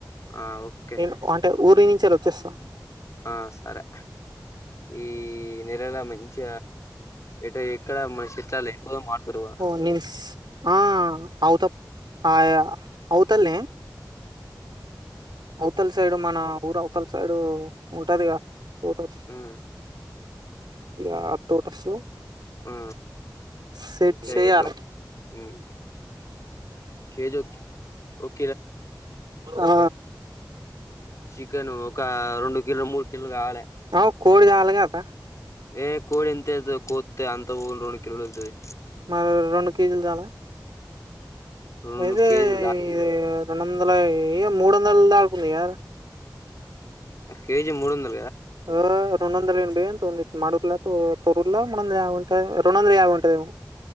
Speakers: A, on the left; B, on the right.
A: ఆ ఓకే
B: నేను అంటే ఊరి నుంచిలా వచ్చేస్తా
A: ఆ సరే ఈ నెలల మన్ చ ఎటు ఇక్కడ మన చెట్లాలు ఎక్కుపోదో మారుతారు క
B: ఓ నేను ఆ అవుత ఆ అవుతల్నె అవతల సైడు మన ఊరు అవతల సైడు ఉంటదిగా తోటస్
A: ఉమ్
B: ఎహ్ తోటస్ లో
A: ఆ
B: సెట్
A: ట్రై
B: చేయాలి
A: ఏద్దాం ఉమ్ కేజీ ఓకే
B: ఆ
A: చికెన్ ఒక రెండు కిలు మూడు కిలో కావాలి
B: అవు కోడి చాలు కదా
A: ఏ కోడి ఎంత అయితది కోత్తే అంత పొన్ రెండు కిలోలు వత్తది
B: మళ్ళ రెండు కేజీలు చాల
A: రెండు
B: ఇది
A: కేజీ దా
B: ఇది రెండ వందల ఏయ మూడొందలదాకుంది కద
A: కేజీ మూడొందలు
B: ఆ రెండు వందలు బియెతంది మడులతు తొరురల మంద ఉంటయా రెండు వందల యాభైఉంటదెమో